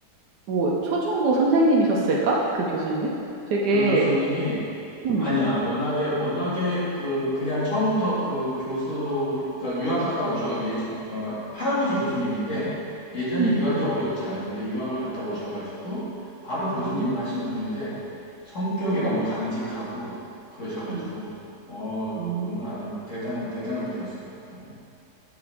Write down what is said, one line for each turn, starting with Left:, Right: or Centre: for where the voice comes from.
Right: 뭐 초중고 선생님이셨을까? 그 교수님? 되게
Left: 그 교수님이
Right: 음,
Left: 아니야. 워낙에 워낙에 그 그냥 처음부터 그 교수 그러니까 유학 갔다 오셔가지고 예전 어, 할아버지 교수님인데 예전에
Right: 음,
Left: 유학이
Right: 음, 음.
Left: 어렵잖아. 근데 유학을 갔다 오셔가지고 바로 교수님을
Right: 음.
Left: 하신 분인데 성격이
Right: 우와.
Left: 너무 강직하고 그러셔가지고
Right: 음.
Left: 어
Right: 음.
Left: 그분은 아주 대단한 대단한 분이었어. 어.